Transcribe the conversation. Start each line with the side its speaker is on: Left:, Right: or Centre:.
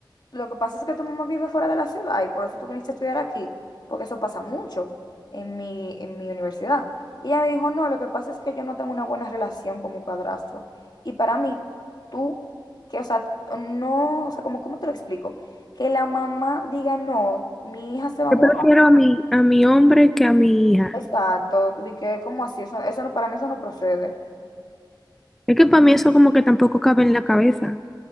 Left: lo que pasa es que tu mamá vive fuera de la ciudad y por eso tú viniste a estudiar aquí, porque eso pasa mucho en mi, en mi universidad. Y ella me dijo, no, lo que pasa es que yo no tengo una buena relación con mi padrastro. Y para mí, tú, que, o sea, no, o sea, como, ¿cómo te lo explico? Que la mamá diga, no, mi hija se va
Centre: Yo
Left: a mudar.
Centre: prefiero a mi, a mi hombre que a mi hija.
Left: Exacto, de que, ¿cómo así? Eso, eso no, para mí eso no procede.
Centre: Es que para mí eso como que tampoco cabe en la cabeza.